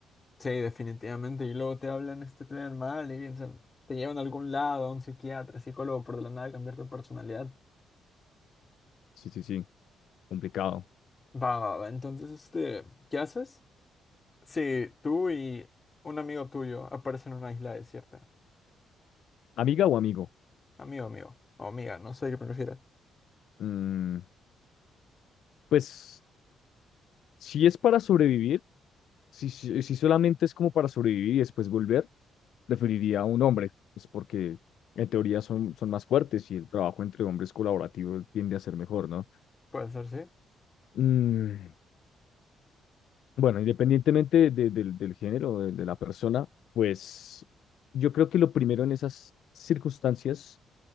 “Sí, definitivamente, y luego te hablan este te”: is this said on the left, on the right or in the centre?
Left